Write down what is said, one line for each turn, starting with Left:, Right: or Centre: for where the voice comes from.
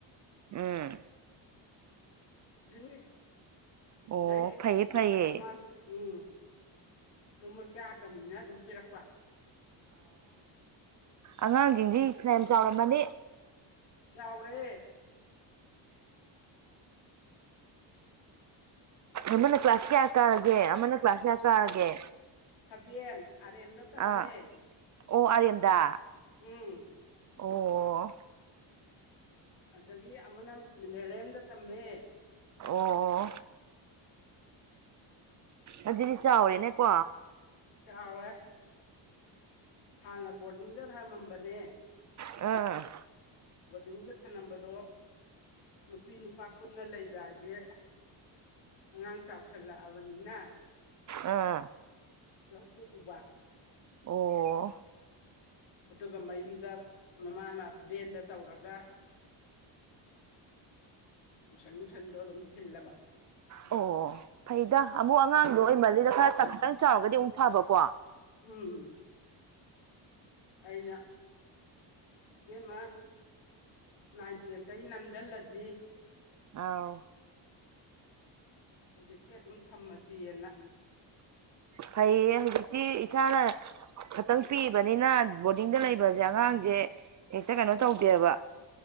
Right: ꯎꯝ
Left: <inaudible>
Right: ꯑꯣ
Left: ꯗꯩ
Right: ꯐꯩꯌꯦ
Left: ꯂꯨꯄꯥ
Right: ꯐꯩꯌꯦ
Left: ꯆꯧꯉꯥ ꯎꯝ ꯑꯗꯨꯝ ꯃꯣꯏ ꯆꯥꯗꯕꯅꯤꯅ ꯑꯗꯨꯝ ꯄꯤꯔꯛꯄ
Right: ꯑꯉꯥꯡꯁꯤꯡꯁꯤ ꯐꯌꯥꯝ ꯆꯥꯎꯔꯝꯃꯅꯤ
Left: ꯆꯥꯎꯔꯦ
Right: ꯑꯃꯅ ꯀ꯭ꯂꯥꯁ ꯀꯌꯥ ꯀꯥꯔꯒꯦ ꯑꯃꯅ ꯀ꯭ꯂꯥꯁ ꯀꯌꯥ ꯀꯥꯔꯒꯦ
Left: ꯊꯕꯦꯟ ꯑꯔꯦꯝꯗ ꯇꯝꯃꯦ
Right: ꯑꯥ ꯑꯣ ꯑꯔꯌꯟꯗꯗꯥ
Left: ꯎꯝ
Right: ꯑꯣ ꯑꯣ
Left: ꯑꯗꯒꯤ ꯑꯃꯅ ꯃꯤꯅꯔꯦꯝꯗ ꯇꯝꯃꯦ
Right: ꯑꯣ ꯑꯗꯨꯖꯤꯗꯤ ꯆꯥꯎꯔꯦꯅꯦꯀꯣ
Left: ꯑꯗꯨꯝ ꯆꯥꯎꯔꯦ ꯍꯥꯟꯅ ꯕꯣꯔꯗꯤꯡꯗ ꯊꯝꯃꯝꯕꯅꯦ
Right: ꯑꯝ
Left: ꯕꯣꯔꯗꯤꯡꯗ ꯊꯝꯂꯝꯝꯕꯗꯣ ꯅꯨꯄꯤ ꯅꯨꯄꯥ ꯄꯨꯟꯅ ꯂꯩꯕ ꯍꯥꯏꯁꯦ ꯑꯉꯥꯡ ꯆꯥꯎꯁꯜꯂꯛꯑꯕꯅꯤꯅ
Right: ꯑꯥ
Left: ꯂꯧꯊꯣꯛꯎꯕ
Right: ꯑꯣ
Left: ꯑꯗꯨꯒ ꯃꯌꯨꯝꯗ ꯃꯃꯥꯅ ꯚꯦꯟꯗ ꯇꯧꯔꯒ ꯇꯨꯏꯁꯟ ꯅꯨꯁꯟꯗꯣ ꯑꯗꯨꯝ ꯊꯤꯜꯂꯕ
Right: ꯑꯣ ꯐꯩꯗ ꯑꯃꯨꯛ ꯑꯉꯥꯡꯗꯣ ꯑꯩ ꯃꯜꯂꯤꯗ ꯈꯔ ꯈꯛꯇꯪ ꯆꯥꯎꯔꯒꯗꯤ ꯑꯃꯨꯛ ꯐꯕꯀꯣ
Left: ꯎꯝ ꯎꯝ ꯑꯩꯅ ꯏꯦꯝꯃ ꯅꯥꯏꯟ ꯇꯦꯟꯗꯒꯤ ꯅꯝꯁꯤꯜꯂꯁꯤ
Right: ꯑꯥꯎ
Left: ꯍꯧꯖꯤꯛꯇꯤ ꯑꯗꯨꯝ ꯊꯝꯃꯗ꯭ꯔꯤꯑꯅ
Right: ꯐꯩ ꯍꯧꯛꯖꯤꯛꯇꯤ ꯏꯆꯅ ꯈꯤꯇꯪ ꯄꯤꯕꯅꯤꯅ ꯕꯣꯔꯗꯤꯡꯗ ꯂꯩꯕꯁꯦ ꯑꯉꯥꯡꯁꯦ ꯍꯦꯛꯇ ꯀꯩꯅꯣ ꯇꯧꯗꯦꯕ